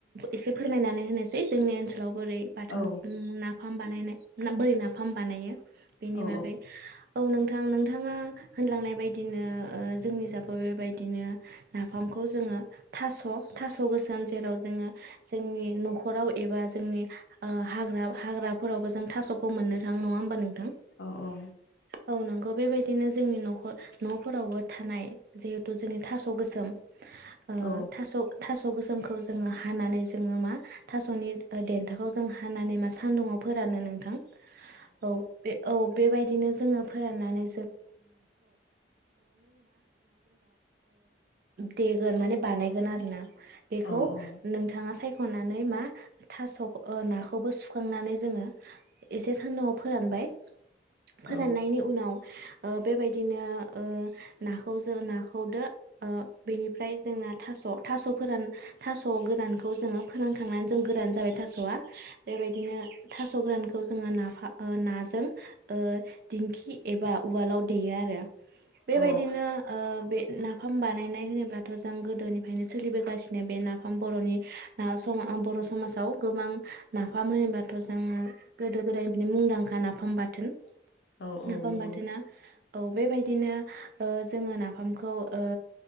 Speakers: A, on the right; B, on the left.
A: एसे फोरमायनानै होनोसै जोंनि ओनस लाव बोरै बाथोन
B: औ
A: उम नाफाम बानायनाय <unintelligible> बोरै नाफाम बानायो? बेनि
B: औ
A: बागै औ नों <unintelligible> नोंथाङा होनलांनाय बायदिनो ओ जोंनिजाबो बेबायदिनो नाफामखौ जोङो थास' थास' गोसोम जेराव जोङो जोंनि न'खराव एबा जोंनि ओ हाग्रा हाग्राफोरावबो जों थास'खौ मोननो थाङ नङा होमबा नोंथां?
B: अ औ
A: औ नंगौ बेबायदिनो जोंनि न'खर न'फोरावबो थानाय जे। जोंनि थ' गोसोम ओ
B: औ
A: थास' थास' थस' गोसोमखौ जोङो हानानै जोङो मा थास'नि देन्थाखौ जों हानानै मा सान्दुङाव फोरानो नोंथां। <inaudible> औ बे औ। बेबायदिनो जोङो फोराननानै। देगोन माने बानाय देगोन आरो ना। बेखौ
B: औ औ
A: नोंथाङा सायख' हनानै मा। थास' ओ नाखौबो सु सुखांनानै जोङो एसे सान्दुंआव फोरानबाय। फोराननायनि।
B: औ
A: <inaudible> ओ बेबायदिनो ओ नाखौ जों नाखौदो बेनिफ्राय जोंना थास' थास' फोरान थास' गोरानखौ जोङो फोरानखांनानै जों गोरान जाबाय थास'आ। बेबायदिनो। थास' गोरानखौ जोङो नाफा ओ नाजों ओ दिंखि। एबा उवालाव देयो आरो। बेबायदिनो
B: औ
A: ओ बे। नाफाम बानायनाय होनोब्लाथ' जों गोदोनिफ्रायनो सोलिबोगासिनो बे नाफाम बर'नि ओ समाज बर' समाजाव गोबां नाफाम होनोब्लाथ' जोङो। गोदो गोदायनिफ्रायनो मुंदांखा। खा नाफाम बाथोन।
B: औ
A: नाफाम
B: औ नंगौ
A: बाथोना। औ बेबायदिनो। ओ जोङो ना। फामखौ ओ